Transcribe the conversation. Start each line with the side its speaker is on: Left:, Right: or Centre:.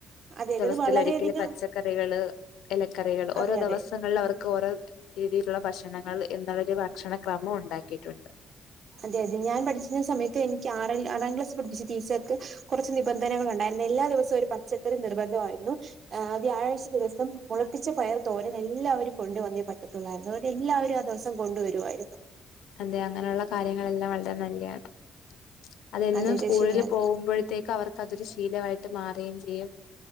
Right: അതെ അതെ
Left: ദെവസത്തിലൊരിക്കില്
Right: അത് വളരെയധികം
Left: പച്ചക്കറികള് ഇലക്കറികള് ഓരോ
Right: അതെ അതെ
Left: ദെവസങ്ങളിലവർക്കോരോ രീതിയിലുള്ള ഭക്ഷണങ്ങൾ എന്നുള്ളൊരു ഭക്ഷണക്രമം ഉണ്ടാക്കിയിട്ടുണ്ട്
Right: അതെ അതെ ഞാൻ പഠിച്ചിന്ന സമയത്ത് എനിക്ക് ആറെൽ ആറാം ക്ലാസ്സിൽ പഠപ്പിച്ച ടീച്ചർക്ക് കൊറച്ചു നിബന്ധനകളുണ്ടായിരുന്നു. എല്ലാ ദിവസവും ഒരു പച്ചക്കറി നിർബന്ധമായിരുന്നു ആഹ് വ്യാഴാഴ്ച ദെവസം മുളപ്പിച്ച പയർ തോരൻ എല്ലാവരും കൊണ്ടുവന്നേ പറ്റത്തൊള്ളായിരുന്നു അവരെല്ലാവരും ആ ദെവസ് സം കൊണ്ടുവരുവായിരുന്നു
Left: അതെ അങ്ങനെയുള്ള കാര്യങ്ങളെല്ലാം വളരെ നല്ലയാണ് അതെന്നും
Right: അതെ അതെ
Left: സ്കൂളിലെ
Right: ശരിയാണ്
Left: പോവുമ്പഴത്തേക്ക് അവർക്കതൊരു ശീലവായിട്ട് മാറേം ചെയ്യും